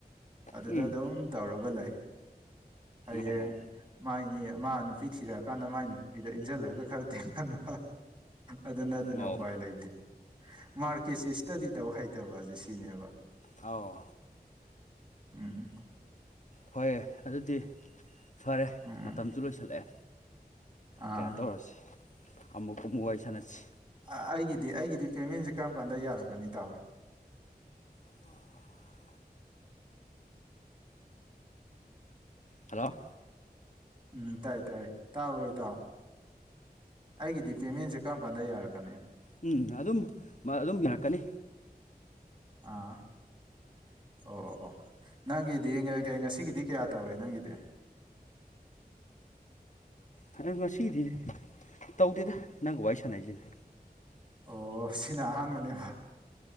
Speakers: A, on the right; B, on the left.
A: ꯑꯗꯨꯗ
B: ꯎꯝ
A: ꯑꯗꯨꯝ ꯇꯧꯔꯒ ꯂꯩ ꯍꯌꯦꯡ
B: ꯑꯣ
A: ꯃꯥꯏꯅꯤ ꯃꯥ ꯅꯨꯄꯤ ꯊꯤꯔꯛ ꯑꯀꯥꯟꯗ ꯃꯥꯏ ꯅꯨꯄꯤꯗ ꯏꯟꯁꯤꯜꯂꯒ ꯈꯔ ꯊꯦꯡꯍꯟꯕ ꯑꯗꯨꯅꯟꯇꯅꯥ
B: ꯑꯣ
A: ꯎꯄꯥꯏ ꯂꯩꯇꯦ ꯃꯥꯔꯀꯦꯠꯁꯦ ꯏꯁꯇꯗꯤ ꯇꯧ ꯍꯩꯇꯕꯁꯦ ꯁꯤꯅꯦꯕ
B: ꯑꯥꯎ
A: ꯎꯝ
B: ꯍꯣꯏ ꯑꯗꯨꯗꯤ ꯐꯔꯦ
A: ꯎꯝ
B: ꯃꯇꯝꯁꯨ ꯂꯣꯏꯁꯤꯜꯂꯛꯑꯦ
A: ꯑꯥ
B: ꯀꯩꯅꯣ ꯇꯧꯔꯁꯤ ꯑꯃꯨꯛ ꯀꯃꯨꯛ ꯋꯥꯔꯤ ꯁꯥꯟꯅꯁꯤ
A: ꯑꯩꯒꯤꯗꯤ ꯑꯩꯒꯤꯗꯤ ꯄꯦꯃꯦꯟꯁꯦ ꯀꯔꯝ ꯀꯥꯟꯗ ꯌꯥꯔꯛꯀꯅꯤ ꯏꯇꯥꯑꯣ
B: ꯑꯣ <inaudible> ꯍꯜꯂꯣ
A: ꯎꯝ ꯇꯥꯏ ꯇꯥꯏ ꯇꯥꯕꯔꯣ ꯢꯇꯥꯎ ꯑꯩꯒꯤꯗꯤ ꯄꯦꯃꯦꯟꯁꯦ ꯀꯔꯝ ꯀꯥꯟꯗ ꯌꯥꯔꯛꯀꯅꯤ
B: ꯎꯝ ꯑꯗꯨꯝ ꯑꯗꯨꯝ ꯌꯥꯔꯛꯀꯅꯤ
A: ꯑꯥ ꯑꯣ ꯑꯣ ꯑꯣ ꯅꯪꯒꯤꯗꯤ ꯉꯁꯤꯒꯤꯗꯤ ꯀꯌꯥ ꯇꯧꯔꯦ ꯅꯪꯒꯤꯗꯤ
B: ꯑ ꯉꯁꯤꯒꯤꯗꯤ ꯇꯧꯗꯦꯗ ꯅꯪꯒ ꯋꯥꯔꯤ ꯁꯥꯟꯅꯩꯁꯤꯅꯦ
A: ꯑꯣ ꯁꯤꯅ ꯑꯍꯥꯟꯕꯅꯦꯕ